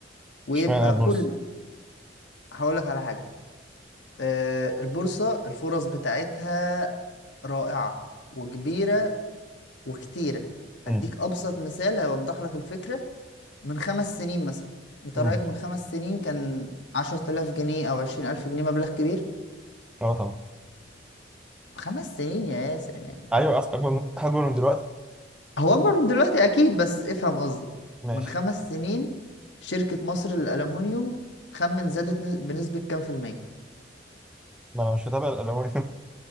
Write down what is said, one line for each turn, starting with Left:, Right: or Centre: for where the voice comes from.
Left: ويبقى
Centre: اشمعنى البورصة
Left: كل هقولك على حاجة آه، البورصة الفرص بتاعتها رائعة وكبيرة وكتيرة
Centre: امم
Left: هديك أبسط مثال هيوضح لك الفكرة من خمس سنين مثلا أنت
Centre: امم
Left: رأيك من خمس سنين كان عشرة آلاف جنيه أو عشرين ألف جنيه مبلغ كبير
Centre: اه طبعا
Left: خمس سنين يا ياسر يعني
Centre: ايوه أص- اكبر من اكبر من دلوقتي
Left: هو اكبر من دلوقتي اكيد بس افهم قصدي
Centre: ماشي
Left: من خمس سنين شركة مصر للألمنيوم خمن زادت ن- بنسبة كام في المية
Centre: ما انا مش متابع الالومنيوم